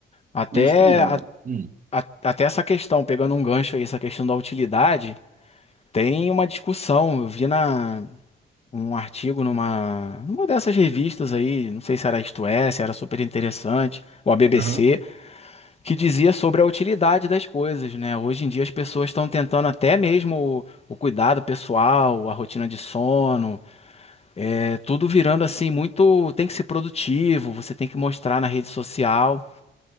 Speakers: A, on the left; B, on the right.
A: Até,
B: E tipo,
A: a-
B: hum,
A: a- até essa questão, pegando um gancho aí, essa questão da utilidade, tem uma discussão. Eu vi na, um artigo numa, numa dessas revistas aí, não sei se era Isto É, se era super interessante, ou a BBC,
B: aham,
A: que dizia sobre a utilidade das coisas, né? Hoje em dia as pessoas estão tentando até mesmo o, o cuidado pessoal, a rotina de sono, é tudo virando assim muito. Tem que ser produtivo, você tem que mostrar na rede social.